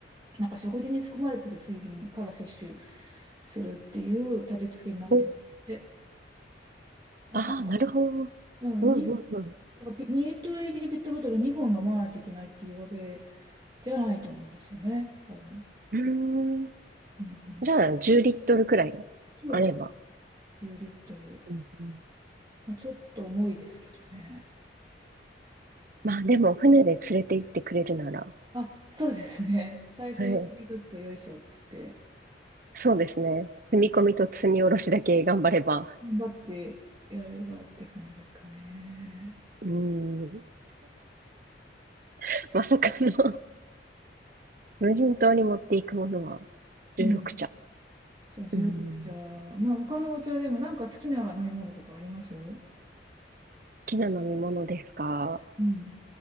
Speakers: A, on the right; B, on the right.
A: なんか食事に含まれてる水分から摂取するっていう立て付けになってるんですって。
B: お、
A: だか
B: ああ、なるほど。
A: ら、うん、
B: うんうんう
A: にだからピ2リットル1リットルボトル2本飲まないといけないっていうわけじゃないと思うんですよね、多分。
B: ん。うーん。
A: うんうん。
B: じゃあ、10リットルくらいあれば。
A: そうです。10リットル。
B: うんうん。
A: まあ、ちょっと重いですけどね。
B: まあでも、船で連れて行ってくれるなら、
A: あ、そうですね。<laughs> 最初にちょっとよいしょっつって、
B: はい。そうですね。積み込みと積み下ろしだけ頑張れば。
A: なんか、頑張ってやればって感じですかね。
B: うーん。<laughs> まさかの無人島に持っていくものは16茶。
A: うん。そう、16茶。
B: うん。好
A: まあ、他のお茶でもなんか好きな飲み物とかあります
B: きな飲み物ですか
A: うん。